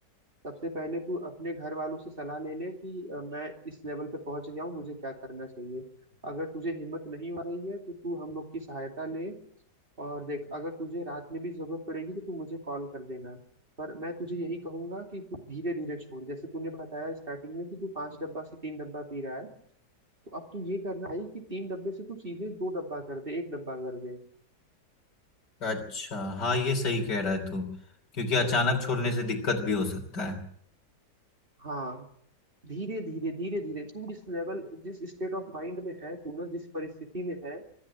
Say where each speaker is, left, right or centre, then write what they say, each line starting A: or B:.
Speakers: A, on the right; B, on the left.
A: सबसे पहले तू अपने घर वालों से सलाह ले ले कि अ, मैं इस लेवल पे पहुंच गया हूँ मुझे क्या करना चाहिए अगर तुझे हिम्मत नहीं हो रही है तो तू हम लोग की सहायता ले और देख अगर तुझे रात में भी जरूरत पड़ेगी तो तू मुझे कॉल कर देना पर मैं तुझे यही कहूंगा कि तू धीरे धीरे छोड़ जैसे तूने बताया स्टार्टिंग में कि तू पांच डब्बा से तीन डब्बा पी रहा है तो अब तू ये करना भाई कि तीन डब्बे से तू सीधे दो डब्बा कर दे एक डब्बा कर दे
B: अच्छा हाँ ये सही कह रहा है तू क्योंकि अचानक छोड़ने से दिक्कत भी हो सकता है
A: हाँ धीरे धीरे धीरे धीरे तू जिस लेवल जिस स्टेट ऑफ माइंड में है तू ना जिस परिस्थिति में है